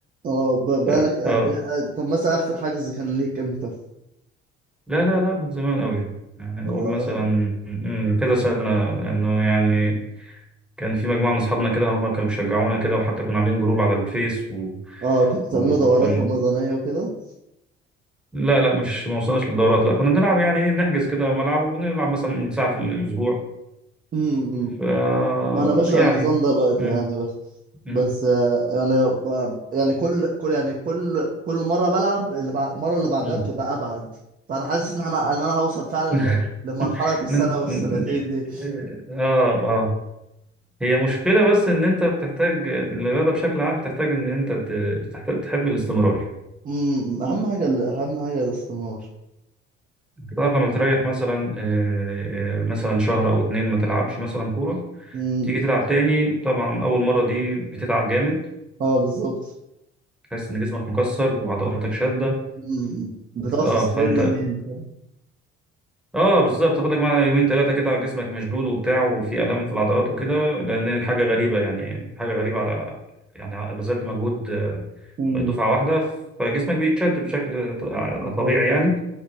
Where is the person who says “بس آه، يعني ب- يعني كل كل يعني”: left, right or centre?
Right